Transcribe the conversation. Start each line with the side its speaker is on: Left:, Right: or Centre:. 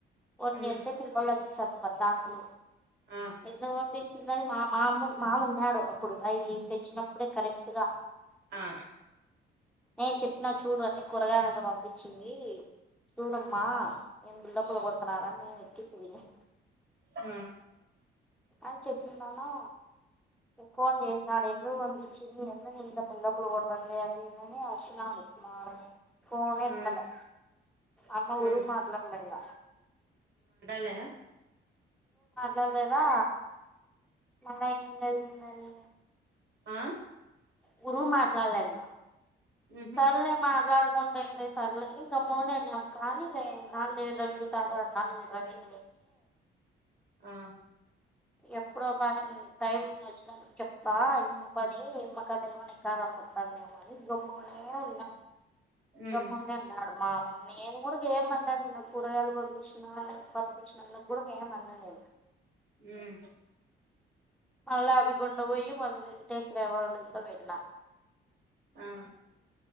Centre: ఫోన్
Right: ఉమ్
Centre: జేచ్చే పిల్లోల్లకిచ్చాంది పద్దాంకులు
Right: ఆ
Centre: ఎందుకు పంపించింది అన్ని మామ మా మా అన్నాడు మామున్నేడు అప్పుడు ఐలీవ్ తెచ్చినప్పుడే కరెక్ట్ గా
Right: ఆ
Centre: నే చెప్పిన చూడన్నీ కూరగాయలనే వంపించింది చూడమ్మా ఎం బిల్డప్ పోగొడ్తూన్నార నేనిప్పించి తినేస్
Right: ఆ
Centre: అని చెప్పిండానా ఫోన్ చేన్నాడు ఎందుకువంపించింది ఎందుకింత బిల్డప్లు కొతాంది అదీ ఇదీ అని చ్చినాడు మామయ్య ఫోనే ఎత్తలే
Right: ఆ
Centre: అమ్మ వోళ్లు
Right: ఆ
Centre: మాట్లాడ్లె ఇగ
Right: కదా
Centre: రాలేదా మళ్ళ ఈమెది ఈమెది
Right: ఆ
Centre: ముగ్గురు మాట్లాడ్లె ఇంగ
Right: ఉహు
Centre: సర్లే మాట్లాడకుంటేంది సర్లె అని గమ్మునేనీన్నె కానీ లే ఇన్నాళ్లు విర్రవీగుతావో అన్నాలు విర్రవీగు
Right: ఆ
Centre: ఎప్పుడో పనైం టైం వచ్చినప్పుడు చెప్తా ఈమె పని ఈమ్మకతెమన్న ఈకారం గు తన్నేమ మ్మనే ఉన్నం
Right: ఉమ్
Centre: గమ్ముూనే ఉన్నాడు మామ నేను కూడంగే మన్లే కూరకాయలు పంపించిన్నా పంపించ్నందు కూడ ఏమల్లే నేను
Right: ఉమ్
Centre: మళ్ళీ అవిగుండవొయ్యి మళ్ళీ శ్రవణ్ వాళ్ళింట్ల పెట్టిన
Right: ఆ